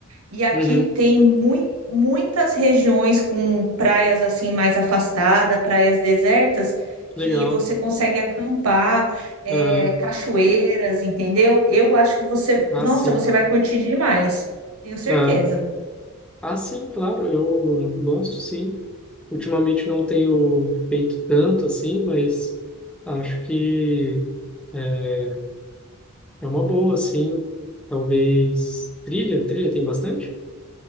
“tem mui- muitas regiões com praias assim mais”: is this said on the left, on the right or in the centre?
Right